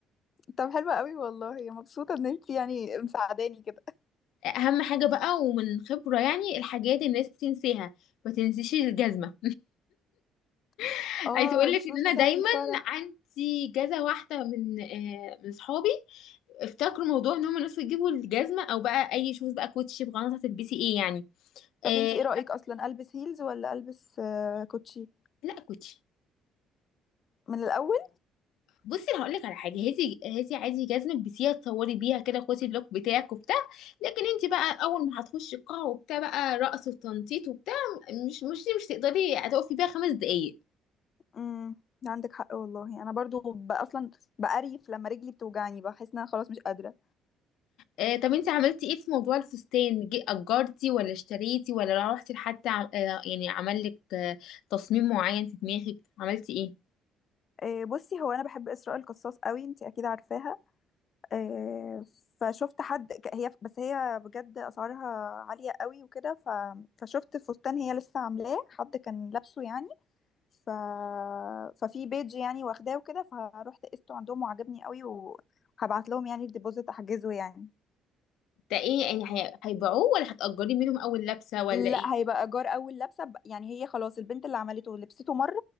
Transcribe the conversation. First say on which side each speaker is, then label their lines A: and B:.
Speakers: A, on the left; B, on the left.
A: طب حلوه قوي والله مبسوطه ان انت يعني مساعداني كده
B: اهم حاجة بقى ومن خبرة يعني الحاجات الناس بتنساها ما تنسيش الجزمة
A: <laughs>
B: <laughs>
A: اه
B: عايزة اقول
A: الشوز
B: لك ان انا
A: بتاعت
B: دايما
A: الفرح
B: عندي جزة واحدة من آه من صحابي افتكروا موضوع ان هم الناس بتجيبوا الجزمه او بقى اي شوز بقى كوتشي بغلط هتلبسي ايه يعني
A: طب
B: آه
A: انت ايه رأيك اصلا البس هيلز ولا البس آه، كوتشي
B: لا كوتشي
A: من الاول
B: بصي انا هقول لك على حاجه هاتي هاتي عادي جزمه البسيها تصوري بيها كده خدي بلوك بتاعك وبتاع لكن انت بقى اول ما هتخشي القاعه وبتاع بقى رقص وتنطيط وبتاع مش مش مش تقدري هتقفي بيها خمس دقايق
A: امم عندك حق والله انا برضو ب- اصلا بقريف لما رجلي بتوجعني بحس ان انا خلاص مش قادره
B: آه طب انت عملتي ايه في موضوع الفستان جي- اجرتي ولا اشتريتي ولا روحتي لحد عم- آه يعني عمل لك آه تصميم معين في دماغك عملتي ايه
A: آه، بصي هو انا بحب اسراء القصاص قوي انت اكيد عارفاها آه، فشفت حد ك- هي بس هي بجد اسعارها عاليه قوي وكده ف... فشفت فستان هي لسه عاملاه حد كان لابسه يعني ف... ففي بيج يعني واخداه وكده فروحت قسته عندهم وعجبني قوي وهبعت لهم يعني الديبوزيت احجزه يعني
B: ده ايه يعني هي- هيبيعوه ولا هتأجري منهم اول لبسة ولا ايه
A: لا هيبقى ايجار اول لبسه ب- يعني هي خلاص البنت اللي عملته لبسته مره